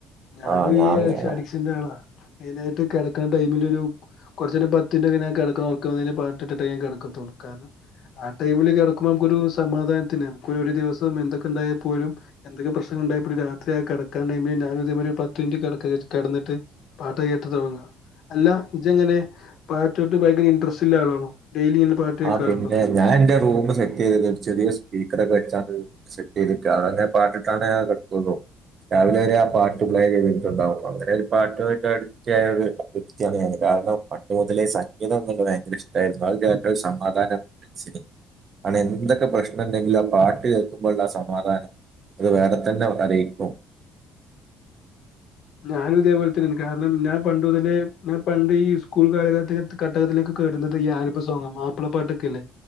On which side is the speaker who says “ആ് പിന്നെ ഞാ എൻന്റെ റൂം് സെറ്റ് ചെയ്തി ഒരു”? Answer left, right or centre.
Right